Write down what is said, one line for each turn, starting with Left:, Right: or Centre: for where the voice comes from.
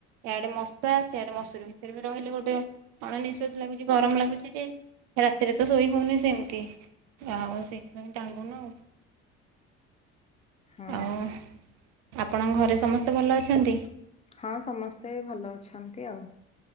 Right: ଇଆଡେ ମଶା ସିଆଡେ ମସୁରୀ ଭିତରେ ବି ରହିଲେ ଗୋଟେ ଅଣ ନିଃଶ୍ଵାସି ଲାଗୁଚି ଗରମ ଲାଗୁଚି ଯେ ରାତିରେ ତ ଶୋଇ ହଉନି ସେମତି ଆଉ ସେଇଥିପାଇଁ ଟାଙ୍ଗୁନୁ ଆଉ।
Left: ହଁ।
Right: ଆଉ ଆପଣଙ୍କ ଘରେ ସମସ୍ତେ ଭଲ ଅଛନ୍ତି?
Left: ହଁ ସମସ୍ତେ ଭଲ ଅଛନ୍ତି ଆଉ।